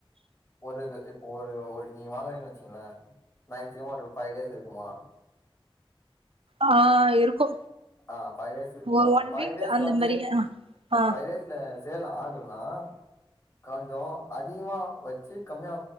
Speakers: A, on the left (about 30°); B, on the right (about 90°).
A: ஒரு இது இப்போ ஒரு ஒரு நீங்க வாங்கறீனு வச்சீங்களே மேக்சிமம் ஒரு ஃபைவ் டேஸ் இருக்குமா
B: ஆ இருக்கு
A: ஆஹ் பஃபைவ் டேஸ் இருக்குமா
B: ஒரு
A: அந்த
B: ஒன்
A: பைவ்
B: வீக்
A: டேஸ்ல
B: அந்த
A: வந்து
B: மாரி ஆ ஆ
A: பைவ் டேஸ்ல சேர்ல ஆகலனா கான்ஞ்சம் அதிகமா வச்சு கம்மியா